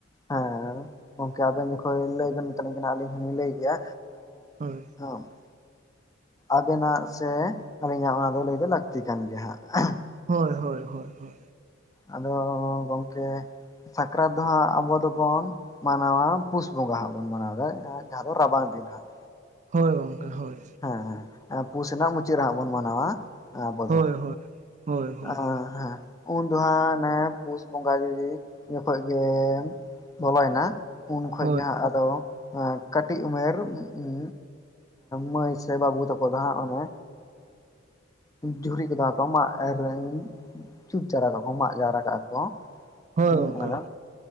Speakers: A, on the left; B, on the right.
A: ᱦᱮᱸ ᱜᱚᱢᱠᱮ ᱟᱵᱮᱱ ᱡᱚᱠᱷᱚᱱ ᱞᱟᱹᱭ ᱵᱮᱱ ᱢᱮᱛᱟᱞᱤᱧ ᱠᱟᱱᱟ ᱟᱹᱞᱤᱧ ᱦᱚᱞᱤᱧ ᱞᱟᱹᱭ ᱜᱮᱭᱟ
B: ᱦᱳᱭ
A: ᱮᱸ <unintelligible> ᱟᱵᱮᱱᱟᱜ ᱥᱮ ᱟᱹᱞᱤᱧᱟᱜ ᱚᱱᱟ ᱫᱚ ᱞᱟᱹᱭ ᱫᱚ ᱞᱟᱹᱠᱛᱤ ᱠᱟᱱ ᱜᱮᱭᱟ ᱦᱟᱸᱜ <inaudible> ᱾
B: ᱦᱳᱭ ᱦᱳᱭ ᱦᱳᱭ ᱦᱳᱭ ᱾
A: ᱟᱫᱚ ᱜᱚᱝᱠᱮ ᱥᱟᱠᱨᱟᱛ ᱫᱚ ᱦᱟᱸᱜ ᱟᱵᱚ ᱫᱚᱵᱚᱱ ᱢᱟᱱᱟᱣᱟ ᱯᱩᱥ ᱵᱚᱸᱜᱟ ᱦᱟᱸᱜ ᱵᱚᱱ ᱢᱟᱱᱟᱣᱫᱟ ᱡᱟᱦᱟᱸ ᱫᱚ ᱨᱟᱵᱟᱝ ᱫᱤᱱ ᱦᱟᱸᱜ-ᱼ
B: ᱦᱳᱭ ᱜᱚᱢᱠᱮ ᱦᱳᱭ᱾
A: ᱦᱮᱸ ᱦᱮᱸ ᱯᱩᱥ ᱨᱮᱱᱟᱜ ᱢᱩᱪᱟᱹᱫ ᱦᱟᱸᱜ ᱵᱚᱱ ᱢᱟᱱᱟᱣᱟ ᱟᱵᱚ
B: ᱦᱳᱭ
A: ᱫᱚ᱾
B: ᱦᱳᱭ ᱦᱳᱭ ᱦᱳᱭ᱾
A: ᱟᱸ ᱦᱮᱸ ᱩᱱ ᱫᱚ ᱦᱟᱸᱜ ᱚᱱᱮ ᱯᱩᱥ ᱵᱚᱸᱜᱟ ᱜᱤ ᱡᱚᱠᱷᱚᱡ ᱜᱮ ᱵᱚᱞᱚᱭᱮᱱᱟ ᱩᱱ ᱠᱷᱚᱡ
B: ᱦᱳᱭ
A: ᱜᱮ ᱦᱟᱸᱜ ᱟᱫᱚ ᱠᱟᱹᱴᱤᱡ ᱩᱢᱮᱨ ᱩᱸ ᱢᱟᱹᱭ ᱥᱮ ᱵᱟᱹᱵᱩ ᱛᱟᱠᱚ ᱫᱚ ᱦᱟᱜ ᱚᱱᱮ ᱡᱷᱩᱨᱤ ᱠᱚᱫᱚ ᱠᱚ ᱢᱟᱜ ᱮᱨᱮᱧ ᱪᱩᱛ ᱡᱟᱨᱟ ᱠᱚᱠᱚ ᱢᱟᱜ ᱡᱟᱣᱨᱟ ᱠᱟᱜᱼᱟ ᱠᱚ᱾
B: ᱦᱳᱭ
A: ᱦᱮᱸ
B: ᱜᱚᱝᱠᱮ
A: ᱟᱫᱚ